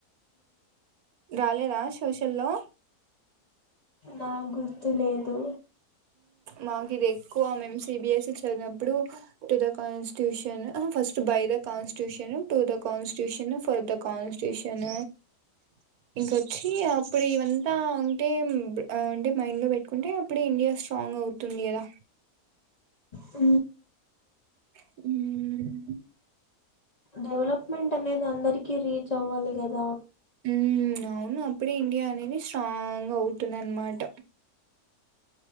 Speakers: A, on the right; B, on the left.
A: రాలేరా సోషల్లో
B: నాకు గుర్తు లేదు
A: మాకు ఇది ఎక్కువ మేము సిబిఎస్సి చదినప్పుడు to the constitution first by the క constitution to the constitution, for the constitution, ఇంకొచ్చి అప్పుడు ఇవంతా ఉంటే. ఆమ్ అంటే మైండ్ లో పెట్టుకుంటే అప్పుడు న్యూ స్ట్రాంగ్ అవుతుంది కదా.
B: అ
A: హ
B: డెవలప్ మెంట్ అనేది అందరికీ రీచ్ అవ్వాలి కదా
A: ఉ అవును అప్పుడే ఇండియా అనేది స్ట్రాంగ్ అవుతుంది అనమాట